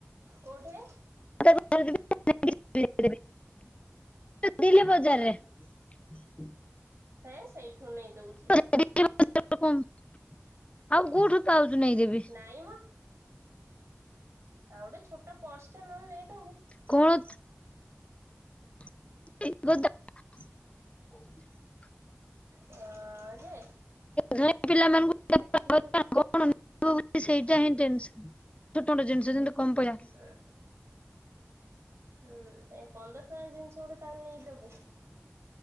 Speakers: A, on the right; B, on the left.
A: କୋଉଠେ
B: ନେଇକି ଯିବି ବିଲେ ବଜାରରେ
A: ହାଁ
B: ହୁଁ
A: ହେଁ ସେଇଠୁ ନେଇ ଦଉଛି
B: ବିଲେ ବଜାରରୁ ଆଉ କୋଉଠୁ ପାଉଚ ନେଇ ଯିବି
A: ନାଇଁ ମ। ଆଉ ଗୋଟେ ଛୋଟ ପର୍ସଟେ ନହେଲେ ନେଇଦବୁ
B: କଣ <inaudible>
A: ହଁ ଯେ
B: ଧନୀ ପିଲାମାନଙ୍କୁ
A: ଏଡି କିଏଗୋଡେ
B: କଣ ସେଇଟା ହିଁ ଟେନ୍ସନ <inaudible> ଜିନିଷ ଯେମିତି କମ ପଆ
A: <inaudible> ହୁଁ ଏ ପନ୍ଦର ଟଙ୍କା ଜିନିଷ ଗୁଡେ ତାହେଲେ ନେଇ ଦବୁ?